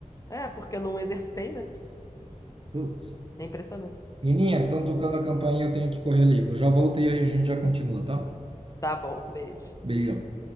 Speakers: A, on the left; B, on the right.
A: É, porque eu não exercitei, né?
B: Putz.
A: É impressionante.
B: Nininha, estão tocando a campainha, eu tenho que correr ali. Eu já volto e aí a gente já continua, tá?
A: Tá bom, beijo.
B: Beijão.